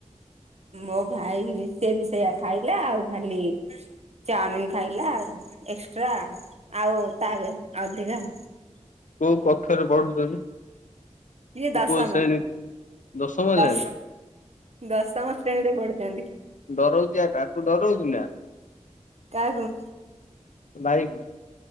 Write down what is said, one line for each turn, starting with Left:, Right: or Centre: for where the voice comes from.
Right: ମୋ ଭାଇ ସେ ବି ସେଇଆ ଖାଇଲା ଆଉ ଖାଲି ଚାଉଁମିିନ ଖାଇଲା ଆଉ ଏକ୍ସଟ୍ରା ଆଉ ତାଲ ଅଧିକା
Left: କୋଉଁ କକ୍ଷରେ ପଢୁଛନ୍ତି?
Right: ଇଏ
Left: ତୋର
Right: ଦଶମ
Left: କୋଉଁ ଶ୍ରେଣୀ ଟି ଦଶମ ହେଲାଣି।
Right: ଦଶ ଦଶମ ଶ୍ରେଣୀରେ ପଢୁଛନ୍ତି
Left: ଡରଉଛି ଆକା ତାକୁ ଡରଉଛି ନାଁ।
Right: କାହାକୁ?
Left: ତୋ ଭାଇକୁ।